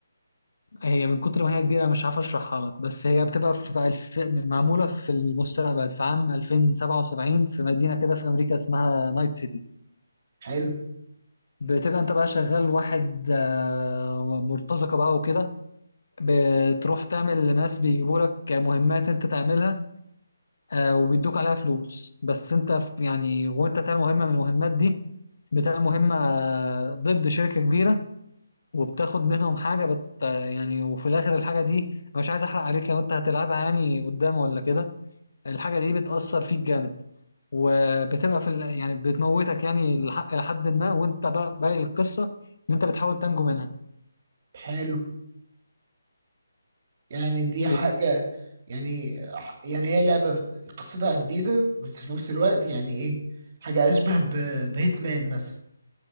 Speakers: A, on the left; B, on the right.
A: هي من كتر ما هي كبيره مش عارف اشرحها لك بس هي بتبقى في الف... معموله في المستقبل في عام 2077 في مدينه كده في امريكا اسمها نايت سيتي
B: حلو
A: بتبقى انت بقى شغال واحد آه، مرتزقة بقى وكده بتروح تعمل لناس بيجيبوا لك مهمات انت تعملها آه، وبيدوك عليها فلوس بس انت ف- يعني وانت بتعمل مهمة من المهمات دي بتعمل مهمة آه، ضد شركة كبيرة وبتاخد منهم حاجة بت آه، يعني وفي الآخر الحاجة دي أنا مش عايز أحرق عليك لو أنت هتلعبها يعني قدام ولا كده الحاجة دي بتأثر فيك جامد وبتبقى في ال... يعني بتموتك يعني لح- لحد ما وانت بقى باقي القصة ان انت بتحاول تنجو منها
B: حلو يعني دي حاجه
A: و...
B: يعني يعني هي لعبه قصتها جديده بس في نفس الوقت يعني ايه حاجه اشبه ب- بهيتمان مثلا